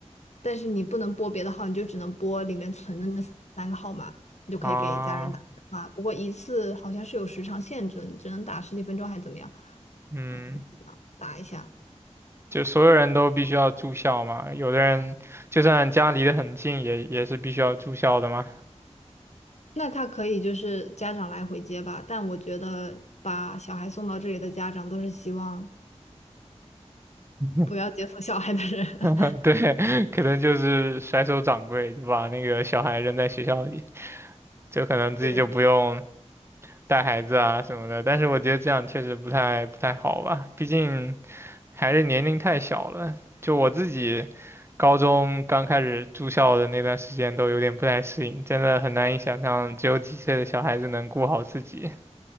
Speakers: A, on the left (about 70°); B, on the right (about 20°).
A: 但是你不能拨别的号，你就只能拨里面存的那三个号码，你就可以给家人打电话。
B: 啊，
A: 不过一次好像是有时长限制的，你只能打十几分钟还是怎么样？
B: 嗯，
A: 嗯，是这样打一下。
B: 就所有人都必须要住校吗？有的人就算家离得很近也也是必须要住校的吗？
A: 那他可以就是家长来回接吧，但我觉得把小孩送到这里的家长都是希望
B: <laughs>
A: 不要接送小孩的人。<laughs>
B: <laughs> 对，可能就是甩手掌柜，就把那个小孩扔在学校里，就可能自己就不用
A: 对
B: 带孩子啊什么的。但是我觉得这样确实不太不太好吧，毕竟还是年龄太小了。就我自己高中刚开始住校的那段时间都有点不太适应，真的很难以想象只有几岁的小孩子能顾好自己。